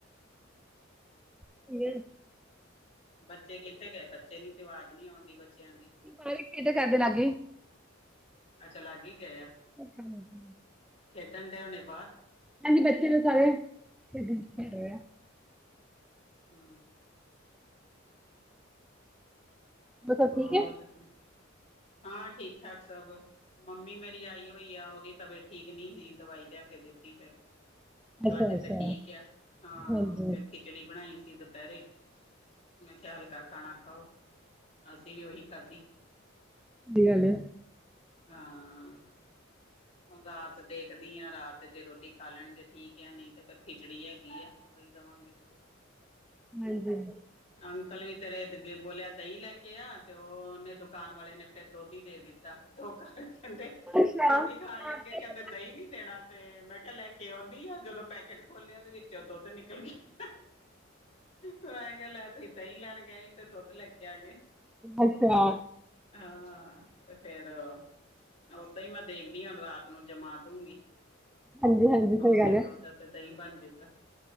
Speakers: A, in the centre; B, on the left (about 35°).
A: <unintelligible>
B: ਬੱਚੇ ਕਿਥੇ ਗਏ ਬੱਚੇ ਨੀ ਤੇ, ਆਵਾਜ਼ ਨੀ ਆਉਣ ਦੀ ਬੱਚਿਆਂ ਦੀ।
A: ਪਰ ਕਿਦੇ ਘਰ ਦੇ ਲਾਗੇ।
B: ਅੱਛਾ ਲਾਗੇ ਹੀ ਗਏ ਆ।
A: ਹਾਂਜੀ।
B: ਖੇਡਣ ਦੇ ਹੋਣੇ ਬਾਹਰ।
A: ਹਾਂਜੀ ਬੱਚੇ ਨੇ ਸਾਰੇ ਖੇਡਣ ਦੇ ਨੇ।
B: ਹੂ
A: ਹੋਰ ਸਭ
B: ਹਾਂ
A: ਠੀਕ ਹੈ
B: ਏ ਤਾਂ ਤੁ ਹਾਂ ਠੀਕ ਠਾਕ ਸਭ, ਮੰਮੀ ਮੇਰੀ ਆਈ ਹੋਈ ਆ ਉਹਦੀ ਤਬੀਅਤ ਠੀਕ ਨੀ ਸੀ, ਦਵਾਈ ਲਿਆ ਕੇ ਦਿੱਤੀ ਫੇਰ।
A: ਅੱਛਾ
B: ਅੱਜ
A: ਅੱਛਾ
B: ਤੇ ਠੀਕ ਐ, ਹਾਂ
A: ਹਾਂਜੀ
B: ਫਿਰ ਕੀ ਖਿਚੜੀ ਬਣਾਈ ਸੀ ਦੁਪਹਿਰੇ, ਮੈਂ ਕਿਹਾ ਹਲਕਾ ਖਾਣਾ ਖਾਓ। ਅਸੀਂ ਵੀ ਉਹੀ ਖਾਧੀ।
A: ਕੀ ਗੱਲ ਐ
B: ਹਾਂ। ਰਾਤ ਦੇਖਦੀ ਆਂ ਰਾਤ, ਜੇ ਰੋਟੀ ਖਾ ਲੈਣਗੇ ਠੀਕ ਆ। ਨਹੀਂ ਤੇ ਫਿਰ ਖਿਚੜੀ ਹੈਗੀ ਆ, ਉਹੀ ਦੇਵਾਂਗੇ।
A: ਹਾਂਜੀ
B: ਅੰਕਲ ਵੀ ਤੇਰੇ ਬੋਲਿਆ ਦਹੀਂ ਲੈ ਕੇ ਆ, ਤੇ ਉਹਨੇ ਦੁਕਾਨ ਵਾਲੇ ਨੇ ਫਿਰ ਦੁੱਧੀ ਦੇ ਦਿੱਤੀ। ਦਾਤਰੋ ਕਾਜ। ਕਹਿੰਦੇ
A: ਅੱਛਾ।
B: ਰੋਟੀ ਖਾਣ ਲੱਗੇ
A: ਹਾਂਜੀ,
B: ਕਹਿੰਦੇ ਦਹੀਂ ਨੀ ਦੇਣਾ, ਤੇ ਮੈਂ ਕਿਹਾ ਲੈਕੇ ਆਓ, ਨਹੀਂ ਹੈ ਜਦੋਂ ਪੈਕੇਟ ਖੋਲਿਆ ਉਹਦੇ ਵਿੱਚ ਦੁੱਧ ਨਿਕਲ ਗਿਆ। ਮੈਂ ਕਿਹਾ ਲੈ ਤੁਸੀ ਦਹੀਂ ਲੈਣ ਗਏ ਤੇ ਦੁੱਧ ਲੈ ਕੇ ਆ ਗਏ।
A: ਅੱਛਾ।
B: ਹਾਂ ਤੇ ਫੇਰ ਓਦਾਂ ਹੀ ਮੈਂ ਦੇਖਦੀ ਰਾਤ ਨੂੰ ਜਮਾ ਦਊਗੀ,।
A: ਹਾਂਜੀ ਹਾਂਜੀ ਸਹੀ
B: ਉਸੇ
A: ਗੱਲ ਹੈ।
B: ਦੁੱਧ ਤੇ ਦਹੀਂ ਬਣ ਜੂਗਾ।